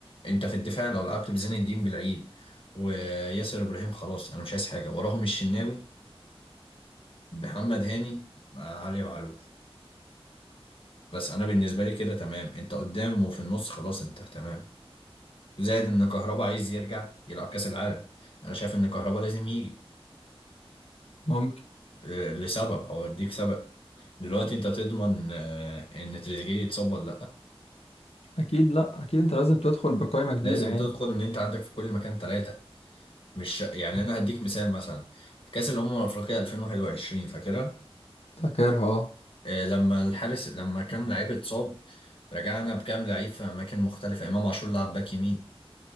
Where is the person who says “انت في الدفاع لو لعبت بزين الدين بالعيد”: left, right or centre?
Left